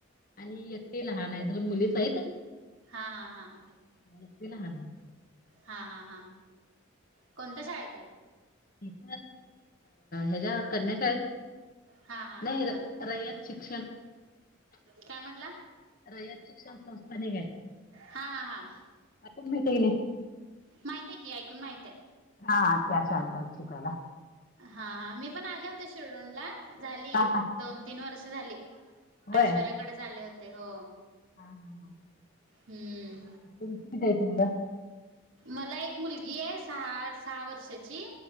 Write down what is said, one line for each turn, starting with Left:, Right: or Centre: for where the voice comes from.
Left: आणि एक ती लहान आहे दोन मुलीच आहेत.
Right: हा हा हा.
Left: <unintelligible>
Right: हा हा हा, कोणत्या शाळेत आहे?
Left: ठीक हच्या कन्यात आहे.
Right: हां हां
Left: नाही
Right: हां
Left: रे
Right: हां
Left: रयात शिक्षण. <inaudible>
Right: काय म्हणलं?
Left: रयत शिक्षण संस्थान ग.
Right: हा हा हा.
Left: आपण भेटे नाही.
Right: माहितय की ऐकून माहितय.
Left: हा अत्याशार येतची पहिला.
Right: हा हा, मी पण आले होते शेडून ला झाली
Left: हा
Right: एक,
Left: हा
Right: दोन-तीन वर्ष झाली.
Left: होय.
Right: ऐश्वर्याकडेच आले होते हो,
Left: हा हा हा.
Right: हम्म.
Left: तुमची किती आहेत मुल?
Right: मला एक मुलगी आहे सहा, सहा वर्षाची.